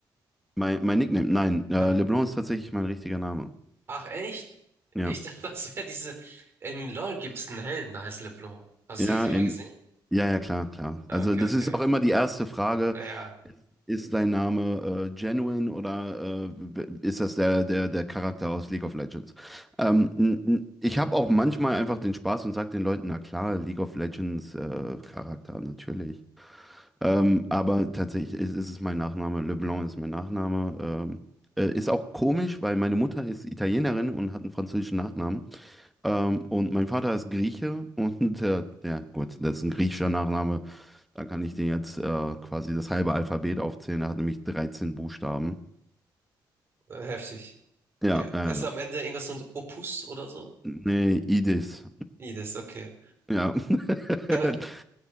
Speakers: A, in the centre; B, on the right.
A: Mein, mein Nickname, nein, äh,
B: Ja.
A: LeBlanc ist tatsächlich mein richtiger Name.
B: Ach, echt?
A: Ja.
B: Ich <laughs> dachte, das wäre diese. In LOL gibt es einen Helden, der heißt LeBlanc. Hast
A: Ja,
B: du sie mal
A: in,
B: gesehen?
A: ja, ja, klar, klar.
B: Ja,
A: Also
B: okay,
A: das
B: okay.
A: ist auch immer die erste Frage.
B: Ja,
A: Ist dein Name äh, genuine oder äh, ist das der, der, der Charakter aus League of Legends? Ähm, n- n- ich habe auch manchmal einfach den Spaß und sage den Leuten, na klar, League of Legends äh, Charakter, natürlich. Ähm, aber tatsächlich ist, ist es mein Nachname. LeBlanc ist mein Nachname. Ähm, äh, ist auch komisch, weil meine Mutter ist Italienerin und hat einen französischen Nachnamen. Ähm, und mein Vater ist Grieche und <laughs> äh, ja, gut, das ist ein griechischer Nachname. Da kann ich dir jetzt äh, quasi das halbe Alphabet aufzählen. Er hat nämlich 13 Buchstaben.
B: heftig.
A: Ja, äh,
B: Ist am Ende irgendwas mit Opus oder so?
A: nee, Idis.
B: I, das ist okay.
A: Ja. <laughs>
B: Ja,